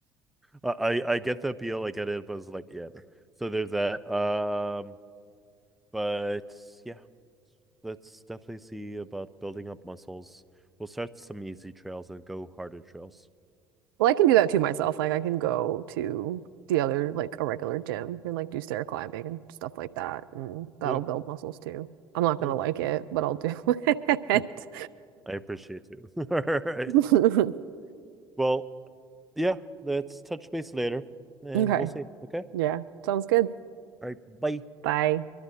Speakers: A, in the centre; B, on the right.
A: I I get the appeal, I get it, but it's like, yeah. no. So there's that. Um, but yeah, let's definitely see about building up muscles. We'll start some easy trails and go harder trails.
B: Well, I can do that to myself. Like I can go to the other like a regular gym and like do stair climbing and stuff like that, and that'll
A: Yeah,
B: build muscles too. I'm not
A: yeah.
B: gonna like it, but I'll do <laughs> it.
A: Hmm. I appreciate you. <laughs> All right.
B: <laughs>
A: Well, yeah, let's touch base later and
B: Okay.
A: we'll see. Okay.
B: Yeah. Sounds good.
A: All right. Bye.
B: Bye.